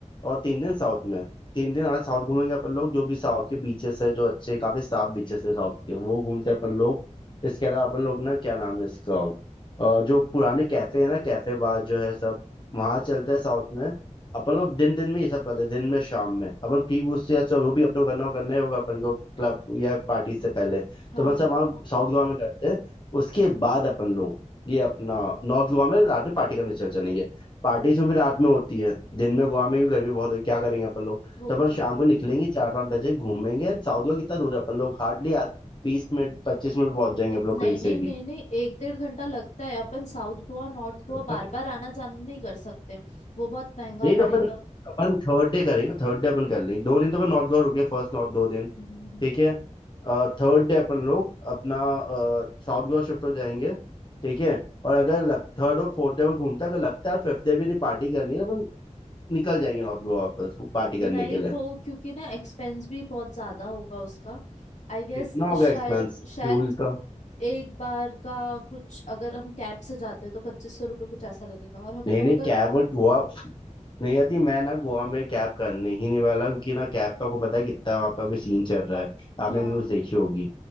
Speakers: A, on the left; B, on the left.
A: और तीन दिन साउथ में तीन दिन आज साउथ घूमेंगे अपन लोग जो भी साउथ के बीचेस है जो अच्छे काफी साफ बीचेस है साउथ के वो घूमते हैं अपन लोग इसके अलावा अपन लोग ना क्या नाम है इसका अ, जो पुराने कैफे है ना कैफे बार जो है सब वहां चलते हैं साउथ में अपन लोग दिन दिन में ये सब करते हैं दिन में शाम में अपन प्री बूस्ट या सब जो भी अपने को करना हो करना ही होगा अपन को क्लब या पार्टी से पहले तो
B: हाँ
A: अपन सब वहाँ साउथ गोवा में करते हैं उसके बाद अपन लोग ये अपना नॉर्थ गोवा में रात में पार्टी करने चल चलेंगे पार्टी से भी रात में होती है दिन में गोवा में भी गर्मी बहुत होगी क्या करेंगे अपन लोग
B: वो
A: तो अपन
B: तो
A: शाम
B: है
A: को निकलेंगे चार पाँच बजे घूमेंगे एंड साउथ का कितना दूर है अपन लोग हार्डली बीस मिनट पच्चीस मिनट पहुंच जाएंगे अपन लोग
B: नहीं
A: कहीं
B: नहीं
A: से भी
B: नहीं नहीं एक डेढ़ घंटा लगता है अपन साउथ गोवा नॉर्थ गोवा
A: अच्छा
B: बार बार आना जाना नहीं कर सकते वो बहुत महंगा
A: नहीं तो
B: पड़ेगा
A: अपन अपन थर्ड डे करेंगे थर्ड डे अपन कर लेंगे दो दिन तो अपन नॉर्थ गोवा रुके फर्स्ट नॉर्थ दो दिन
B: हम्म हम्म हम्म।
A: ठीक है थर्ड डे अपन लोग अपना साउथ गोवा शिफ्ट हो जाएंगे ठीक है और अगर लग, थर्ड और फोर्थ डे में घूमता अगर लगता है फिफ्थ डे भी नहीं पार्टी करनी है तो अपन निकल जाएंगे नॉर्थ गोवा वापस पार्टी करने
B: नहीं
A: के लिए
B: वो क्योंकि ना एक्सपेंस भी बहुत ज्यादा होगा उसका आई गेस
A: कितना होगा
B: शायद
A: एक्सपेंस
B: शायद
A: फ्यूल का
B: एक बार का कुछ अगर हम कैब से जाते हैं तो पच्चीस सौ रुपये कुछ ऐसा लगेगा और हम
A: नहीं
B: लोग
A: नहीं
B: अगर
A: कैब और गोवा नहीं आती मैं ना गोवा में कैब करने ही नहीं वाला क्योंकि ना कैब का आपको पता है कितना वहाँ पर अभी सीन चल रहा है आपने
B: हाँ
A: न्यूज़ देखी होगी